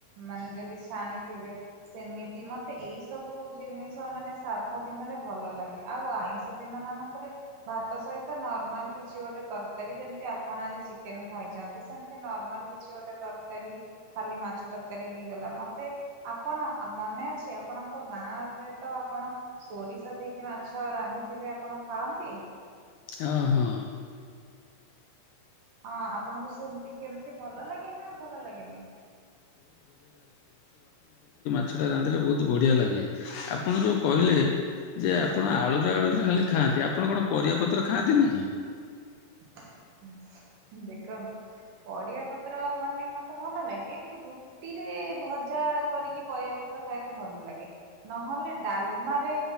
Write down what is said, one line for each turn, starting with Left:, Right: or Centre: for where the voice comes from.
Right: ମାନେ ଯଦି ଛାଣିଥିବେ ସେମିତି ମତେ ଏଇ ସବୁ ଜିନିଷ ମାନେ ସାଧା ଦିନରେ ଭଲ ଲାଗେ। ଆଉ ଆଇଁଷ ଦିନମାନଙ୍କରେ ଭାତ ସହିତ ନର୍ମାଲ କିଛି ଗୋଟେ ତରକାରୀ ଯେମତି ଆପଣ ଚିକେନ ଖାଇଛନ୍ତି ସେମତି ନର୍ମାଲ କିଛି ଗୋଟେ ତରକାରୀ ଖାଲି ମାଛ ତରକାରୀ ହେଇଗଲା ମତେ ମତେ ଆପଣ ମନେ ଅଛି ଆପଣଙ୍କ ଗାଁରେ ତ ଆପଣ ସୋରିଷ ଦେଇ ମାଛ ରାନ୍ଧିଥିବେ ଆପଣ ଖାଆନ୍ତି?
Left: ହଁ ହଁ।
Right: ହଁ ଆପଣଙ୍କୁ ସେମତି କେମିତି ଭଲ ଲାଗେ ନା ଭଲ ଲାଗେନି?
Left: ସେଇଟା ରାନ୍ଧିଲେ ବହୁତ ବଢିଆ ଲାଗେ ଆପଣ ଯୋଉ କହିଲେ ଯେ ଆପଣ ଆଳୁୁରେ ଆଳୁରେ ଖାଲି ଖାଆନ୍ତି ଆପଣ କଣପରିବା ପତ୍ର ଖାଆନ୍ତି ନି କି?
Right: <inaudible> ଦେଖନ୍ତୁ ପରିବା ପତ୍ର ମାନେ ମତେ ଭଲ ଲାଗେ ମୁଁ ରୁଟି <unintelligible> ଭଜା କରିକି ପରିବାପତ୍ର ଖାଇବାକୁ ଭଲଲାଗେ ନହେଲେ ଡ଼ାଲମା ରେ